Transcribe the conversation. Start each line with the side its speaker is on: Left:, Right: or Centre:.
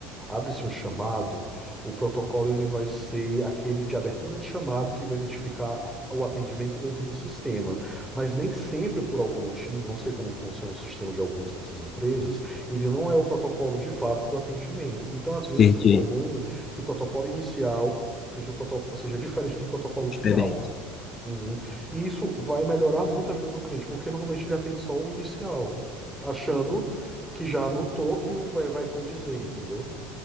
Centre: abre-se um chamado, o protocolo ele vai ser aquele de abertura de chamado que vai identificar o atendimento dentro do sistema. Mas nem sempre, por algum motivo, não sei como funciona o sistema de algumas dessas empresas, ele não é o protocolo de fato do atendimento. Então, às vezes,
Left: sei
Centre: é
Left: de
Centre: comum que o protocolo inicial seja, o protoco- seja diferente do protocolo final.
Left: diferente.
Centre: Uhum. E isso vai melhorar muito a vida do cliente, porque normalmente ele atende só o inicial, achando que já anotou que o vai vai condizer, entendeu?